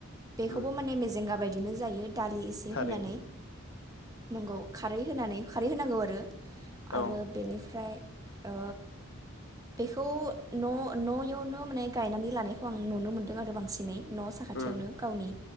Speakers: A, on the right (about 15°); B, on the left (about 65°).
A: बेखौबो
B: उम
A: माने मेजेंगा बाय- दिनो जायो। दालि एसे
B: थारैनो
A: होनानै। नंगौ खारै होनानै खारै होनांगौ आरो। आरो
B: औ
A: बेनिफ्राय। अ बेखौ न'-न'यवनो माने गायनानै लानाय- खौ आं नुनो मोन्दों आरो बांसिनै न' साखाथियावनो
B: उम
A: गावनि